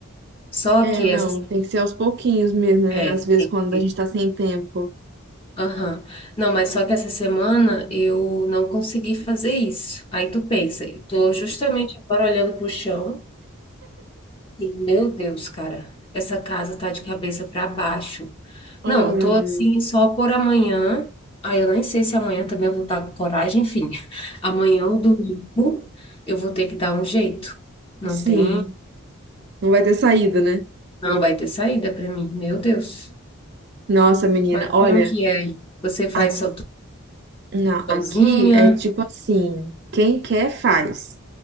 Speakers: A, on the left; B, on the right.
A: Só
B: É,
A: que
B: não,
A: essa.
B: tem que ser aos pouquinhos mesmo, né?
A: É,
B: Às vezes,
A: tem
B: quando
A: que
B: a
A: ser.
B: gente tá sem tempo.
A: Aham. Não, mas só que essa semana eu não consegui fazer isso. Aí tu pensa, eu tô justamente agora olhando pro chão. E, Meu Deus, cara, essa casa tá de cabeça para baixo.
B: Oh,
A: Não, eu
B: meu
A: tô assim
B: Deus.
A: só por amanhã. Aí eu nem sei se amanhã também eu vou estar com coragem, enfim. <laughs> Amanhã ou domingo eu vou ter que dar um jeito. Não
B: Sim,
A: tem,
B: não vai ter saída, né?
A: não vai ter saída para mim, meu Deus.
B: Nossa, menina,
A: Mas
B: olha,
A: como que é aí? Você faz
B: a-
A: só tudo
B: não,
A: sozinha?
B: aqui é tipo assim, quem quer faz,